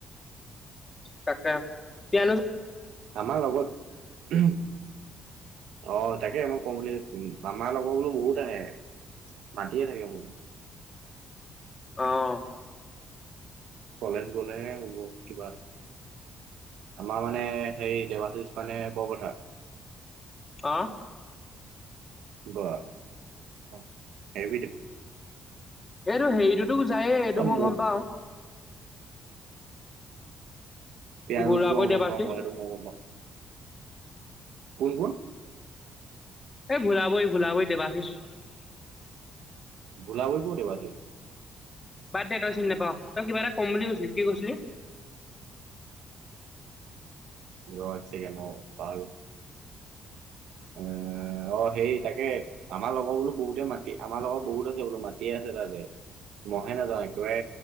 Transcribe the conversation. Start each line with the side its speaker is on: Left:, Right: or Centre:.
Left: তাকে <unintelligible>
Right: আমাৰ লগত <unintelligible> অহ তাকে মোক কম বুলি <unintelligible> মামাৰ লগৰবোৰ বহুত আহে মাতিয়ে থাকে মোক
Left: <inaudible> অহ
Right: কলেজ গলেহে হব কিবা আমাৰ মানে হেৰি দেবাশিচ মানে বৰ পথাৰ
Left: অহ
Right: বাহ <unintelligible> আহিবি দে
Left: এইটো হেৰিটোতো যায়ে এইটো
Right: অ
Left: মই
Right: মোৰ
Left: গম পাওঁ।
Right: পিয়ানচ
Left: ভোলাবৈ
Right: যোৱা গম
Left: দেৱাশিষ
Right: পাওঁ সেইটো মইও গম পাওঁ। কোন -কোন?
Left: এই ভোৰাবৰি ভুলাবৰি দেবাচিছ
Right: ভুলাবৰি কৰ দেবাচিছ?
Left: বাদ দে তই চিনি নাপাও তই কিবা এটা কম বুলি কৈছিলি কি কৈছিলি? <inaudible>
Right: ৰহ এক ছেকেণ্ড ৰহ বাল। উম, অহ সেই তাকে আমাৰ লগৰ বোলো বহুত মাটি, আমাৰ লগত বহুত আছে বোলো মাটিয়ে আছে তাতে। নাই নাযাওঁ একেবাৰে